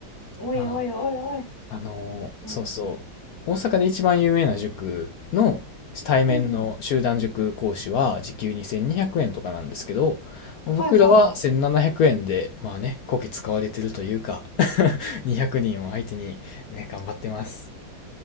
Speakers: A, on the left; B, on the left.
A: おいおいおいおい。
B: まああのーそうそう。
A: ねえ
B: 大阪で一番有名な塾の対面の集団塾講師は時給2200円とかなんですけど、
A: うんうん。
B: 僕らは1700円で、
A: はいはいはい。
B: まあね、こき使われてるというか <laughs> 200人を相手に、ね、頑張ってます。